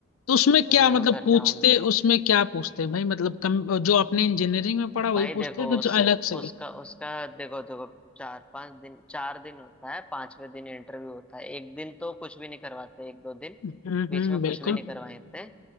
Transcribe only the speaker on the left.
तो उसमें
क्या
मतलब
पूछते
उसमें क्या पूछते हैं भाई मतलब कम जो आपने इंजीनियरिंग में पढ़ा वही
पूछते
हैं कुछ
अलग से भी
हम्म
हम्म
बिल्कुल